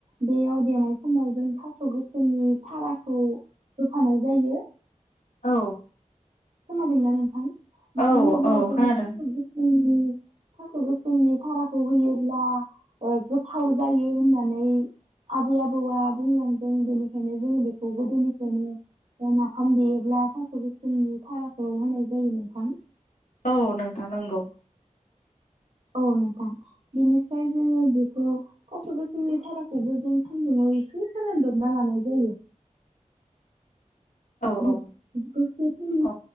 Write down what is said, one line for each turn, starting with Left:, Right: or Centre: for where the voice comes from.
Right: बेयाव देनाय समाव जों थास' गोसोमनि थाराखौ होफानाय जायो।
Left: औ
Right: खोनादोंना नोंथां मानो
Left: औ
Right: होनोब्ला
Left: औ
Right: जों
Left: खोनादों
Right: थास' गोसोमनि थास' गोसोमनि थाराखौ होयोब्ला ओ गोथाव जायो होननानै आबै आबौआ बुंलांदों बेनिखायनो जोङो बेखौ गोदोनिफ्रायनो नाफाम देयोब्ला थास' गोसोमनि थाराखौ होनाय जायो नोंथां।
Left: औ नोंथां नंगौ
Right: औ नोंथां बिनिफ्राय जोङो बेखौ थास' गोसोमनि थाराखौबो जों सान्दुङाव एसे फोरानदबना लानाय जायो।
Left: औ
Right: बे
Left: औ
Right: दसे सम
Left: अ